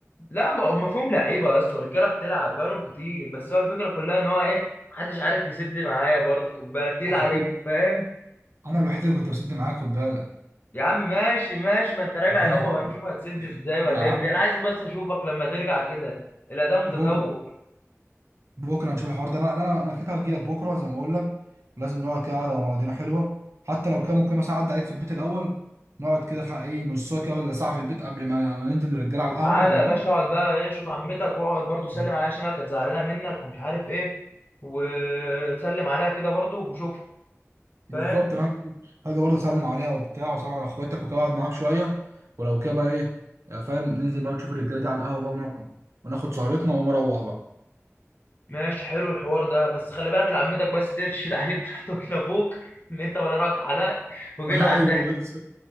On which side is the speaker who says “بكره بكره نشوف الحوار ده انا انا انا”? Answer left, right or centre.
Right